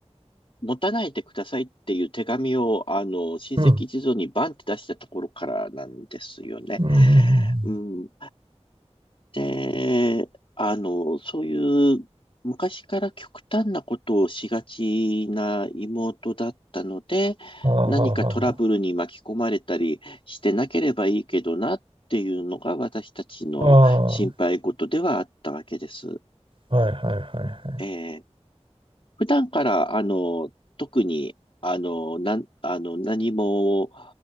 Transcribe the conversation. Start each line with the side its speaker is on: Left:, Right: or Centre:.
Left: 持たないでくださいっていう手紙を、あの、親戚一同にバンって出したところからなんですよね。
Right: うん。うんうんうん
Left: うん。で、あの、そういう昔から極端なことをしがちな妹だったので、
Right: うんああ、
Left: 何かトラブルに巻き込まれたりしてなければいいけどなっていうのが私たちの心配事ではあったわけです。
Right: はあはあはあ。ああ、はいはいはいはい。
Left: えー普段から、あの、特に、あの、なん、あの、何も、